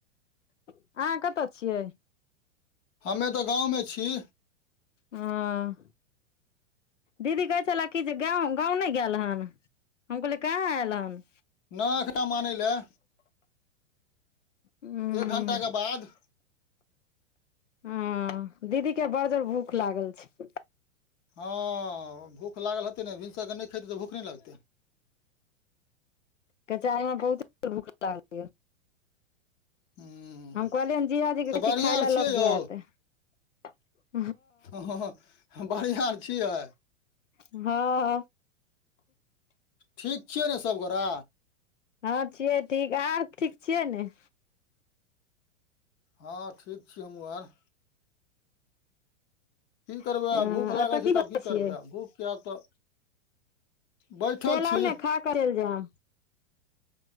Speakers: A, on the left; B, on the left.
A: अहाँ कतऽ छियैय।
B: हमें तऽ गाॅंव मे छी।
A: आं दीदी कहै छलै कि जे गैव गाँंव नहि गैल हन। हम कहलियै कहाँ ऐल हन।
B: ना एखने हम आनै लए,
A: हूँ
B: एक घण्टाके बाद
A: हूं दीदी के बड़ जोर भूख लागल छै।
B: हँ भूख लागल हतै नहि, भिनसरके नहि खइतै तऽ भूख नहि लगतै।
A: कचा अईमें बहुते देर भूख लागल रहैय।
B: हूँ
A: हम कहलियै हन जीजाजीे के
B: तऽ
A: कहै
B: बढ़िआँ
A: छी खाय
B: आर
A: लै
B: छियै
A: लऽ
B: यौ
A: जैत। <inaudible>
B: हँ- हँ बढ़ियां आर छियै।
A: हँ-हँ।
B: ठीक छियै ने सबगोरा।
A: हँ छियै ठीक अहां और ठीक छियै ने।
B: हँ ठीक छी हमहु आर। की करबै
A: अ
B: आब, भूख लागल
A: एतऽ
B: छै तऽ
A: करै
B: आब की करबै
A: छियै
B: आब भूखके आब तऽ बैठल
A: चलि
B: छी
A: आउ ने खा क चैल जैम।